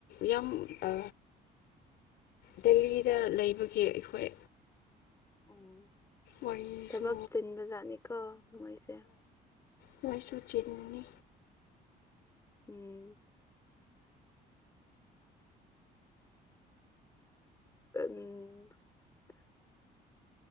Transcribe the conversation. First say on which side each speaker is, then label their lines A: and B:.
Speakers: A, on the left; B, on the left.
A: ꯌꯥꯝ ꯑ ꯗꯦꯜꯂꯤꯗ ꯂꯩꯕꯒꯤ ꯑꯩꯈꯣꯏ
B: ꯎꯝ
A: ꯋꯥꯔꯤꯁꯨ
B: ꯊꯕꯛ ꯆꯤꯟꯕꯖꯥꯠꯅꯤꯀꯣ ꯃꯣꯏꯁꯦ
A: ꯅꯣꯏꯁꯨ ꯆꯤꯟꯅꯤ
B: ꯎꯝ <unintelligible>